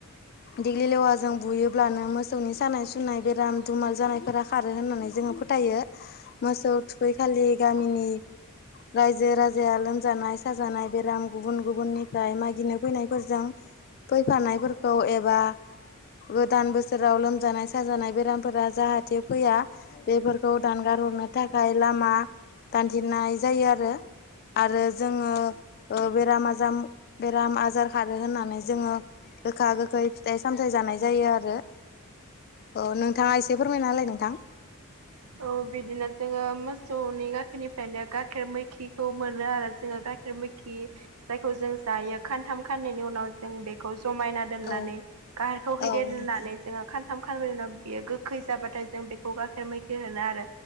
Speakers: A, on the left; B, on the right.
A: दिेग्लि लेवा जों बुयोब्लानो मोसौनि सानाय सुनाय बेराम दुमाल जानायफोरा खारो होननानै जोङो फोथायो मोसौ थुखैखालि गामिनि रायजो राजाया लोमजानाय साजानाय बेराम गुबुन गुबुननिफ्राय मागिनो फैनायफोरजों फैफानायफोरखौ एबा गोदान बोसोराव लोमजानाय साजानाय बेरामफोरा जाहाथे फैया बेफोरखौ दानगार हरनो थाखाय लामा दानथेनाय जायो आरो आरो जोङो बेराम आजाम बेराम आजार खारो होननानै जोङो गोखा गोखै फिथाइ सामथाइ जानाय जायो आरो औ नोंथाङा एसे फोरमायना होलाय नोंथां
B: औ बिदिनो जोङो मोसौनि गाखेरनिफ्रायनो गाइखेर मैखिखौ मोनो आरो जोङो गाइखेर मैखि खि जायखौ जों जायो खानथाम खानैनायनि उनाव जों बेखौ जमायना दोननानै
A: औ
B: गाहेरखौ हैदेरनानै
A: औ नोंथां
B: जोङो खानथाम खानब्रैनि उनाव बियो गोखै जाबाथाय जों बेखौ गाइखेर मैखि होनो आरो